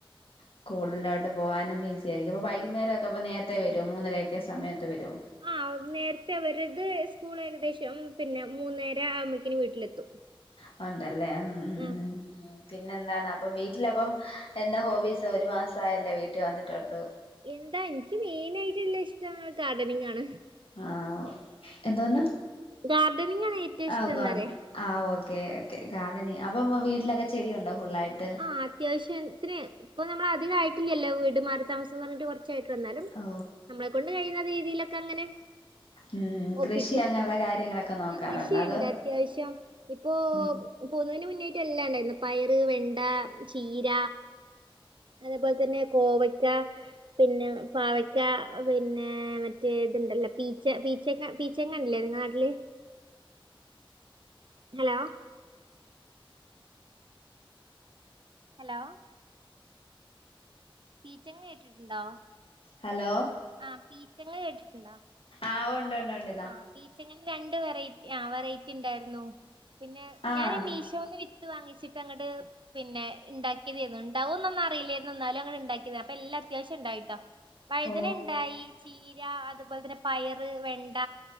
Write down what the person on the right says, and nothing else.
ആഹ് നേരത്തെ അവരത് സ്കൂൾ ഏകദേശം പിന്നെ മൂന്നരാ ആവുമ്പോയ്ക്കിന് വീട്ടിലെത്തും
ആ
എന്താ ഇൻക്ക് മെയിൻ ആയിട്ടുള്ള ഇഷ്ടം ഗാർഡനിങ്ങാണ്
ഗാർഡനിങ്ങാണ് ഏറ്റവും ഇഷ്ട്ടന്നാരായ
ആഹ് അത്യാവശ്യത്തിന് ഇപ്പൊ നമ്മള് അധിക്കാമായിട്ടില്ലല്ലോ വീട്മാറി താമസം തൊടങ്ങീട്ട് കൊർച്ചായ്ട്ടൊള്ളു ന്നാലും
നമ്മളെക്കൊണ്ട് കഴിയുന്ന രീതിയിലൊക്കെങ്ങനെ
ഒപ്പിക്കും
ആഹ് കൃഷിയുണ്ട്
അത്യാവശ്യം ഇപ്പോ
പോകുന്നതിന് മുന്നായിട്ട് എല്ലാം ഇണ്ടായിന്നു പയറ് വെണ്ട ചീര അതേപോലെത്തെന്നെ കോവയ്ക്ക പിന്നെ പാവക്ക പിന്നേ മറ്റേ ഇതുണ്ടല്ലോ പീച്ച പീച്ചക്ക പീ ച്ചങ്ങൻല്ലേ ഇങ്ങളെ നാട്ടില് ഹലോ ഹലോ പീച്ചങ്ങ കേട്ടിട്ടുണ്ടോ
ആഹ് പീച്ചങ്ങ കേട്ടിട്ടുണ്ടോ
ആഹ് പീച്ചങ്ങന്റെ രണ്ട് വെറൈറ്റി ആഹ് വെറൈറ്റിണ്ടായിർന്നു പിന്നെ
ഞാന് മീഷോന്ന് വിത്ത് വാങ്ങിച്ചിട്ട് അങ്ങട് പിന്നെ ഇണ്ടാക്കിയതേന്ന് ഇണ്ടാവോ എന്നാന്നും അറിയിലെർന്നു എന്നാലും അങ്ങ്ട്ട് ഇണ്ടാക്കിയതാ അപ്പൊല്ലാം അത്യാവശ്യം ഇണ്ടായിട്ടോ വഴുതനണ്ടായി
ചീര അതുപോലെ തന്നെ പയറ് വെണ്ട